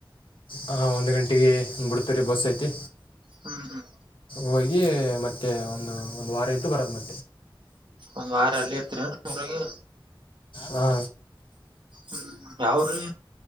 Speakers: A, on the left; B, on the right.
A: ಹಾ ಒಂದ ಗಂಟೆಗೆ ಭುಡ್ತರಿ ಬಸೈತಿ.
B: ಹ್ಮ್ ಹ್ಮ್.
A: ಹೋಗಿ ಮತ್ತೆ ಒಂದು ಒಂದು ವಾರ ಇದ್ದು ಬರೋದು.
B: ಒಂದ್ ವಾರ ಅಲ್ಲಿ ಇರ್ತೀರ ಏನ್ರಿ ಊರಗೆ
A: ಹಾ
B: ಹ್ಮ ಯಾವ್ರೀ